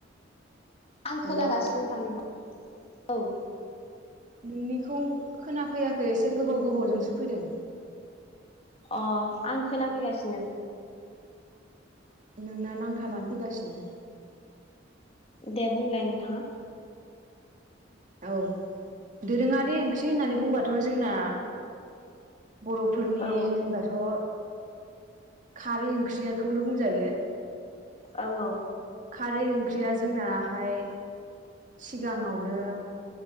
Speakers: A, on the left; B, on the right.
A: आं खोनागासिनो
B: हेलौ
A: नोंथांनिखौ औ।
B: नोंनिखौ खोनाफैयाखै एसे गोबाव गोबावजोंसो फैदों।
A: अ आं खोनाफैगासिनो।
B: नोंना नांथानानै फैगासिनो।
A: दे बुंलाय नोंथाङा।
B: औ दोरोङारि ओंख्रि होननानै बुंबाथ जोंना। बर'फोरनि
A: औ
B: होनबाथ'। खारै ओंख्रिखौनो बुंजायो।
A: औ औ।
B: खारै ओंख्रिया जोंनाहाय सिगाङावनो